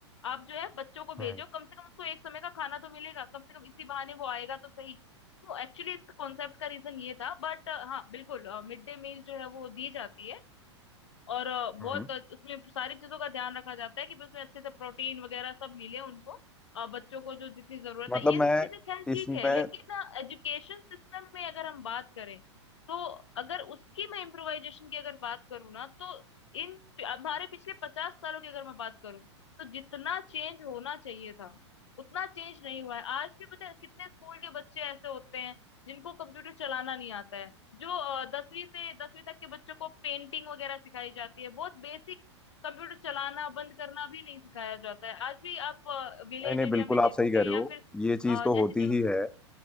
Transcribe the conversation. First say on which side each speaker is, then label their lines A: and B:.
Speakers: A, on the left; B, in the centre.
A: आप जो है बच्चों को
B: हम्म
A: भेजो कम से कम उसको एक समय का खाना तो मिलेगा कम से कम इसी बहाने वो आएगा तो सही तो एक्चुअली इसका कॉन्सेप्ट का रीजन ये था बट हाँ बिल्कुल मिड डे मील जो है वो दी जाती है और अ, बहुत
B: हम्म
A: अ, उसमें सारी चीजों का ध्यान रखा जाता है कि भाई उसमें अच्छे से प्रोटीन वगैरह सब मिले उनको अ, बच्चों को जो जितनी जरूरत
B: मतलब
A: है ये
B: मैं
A: सब चीजें खैर ठीक
B: इसमें
A: है लेकिन एजुकेशन सिस्टम में अगर हम बात करें तो अगर उसकी मैं इम्प्रोवाइजेशन की अगर बात करूँ ना तो इन हमारे पिछले पचास सालों की अगर मैं बात करूँ तो जितना चेंज होना चाहिए था उतना चेंज नहीं हुआ है आज भी पता है कितने स्कूल के बच्चे ऐसे होते हैं जिनको कंप्यूटर चलाना नहीं आता है जो अ, दसवीं से दसवीं तक के बच्चों को पेंटिंग वगैरह सिखाई जाती है बहुत बेसिक कंप्यूटर चलाना बंद करना भी नहीं सिखाया जाता है आज भी आप विलेज
B: नहीं नहीं
A: एरिया
B: बिल्कुल
A: में देखोगे
B: आप सही कह रहे
A: या
B: हो
A: फिर
B: ये चीज
A: अ,
B: तो
A: ऐसी
B: होती
A: जगह
B: ही है